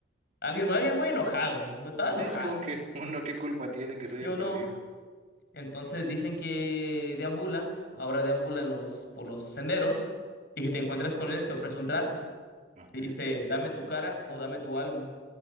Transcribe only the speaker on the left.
Alguien, alguien muy enojado, estaba enojado,
¿sí
o
no? Entonces dicen que deambula, ahora deambula en los, por los senderos, y si te encuentras con él, te ofrece un trato.
Te dice, dame tu cara o dame tu alma.